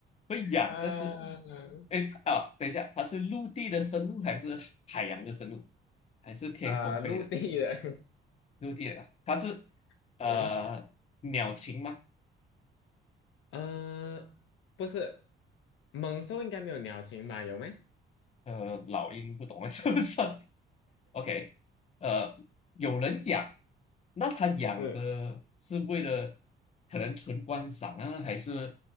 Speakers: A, on the left; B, on the left.
A: 会痒，
B: 呃
A: 但是，哎，啊，等一下，它是陆地的生物还是海洋的生物，还是天空飞的？
B: 呃，陆地的，
A: 陆地的啊，它是
B: <laughs>
A: 呃鸟禽吗？
B: 对。呃，不是，猛兽应该没有鸟禽吧？有没？
A: 呃，老鹰不懂啊，<laughs> 是不是？OK，呃，有人养，那他养的是为了
B: 是
A: 可能纯观赏啊，还是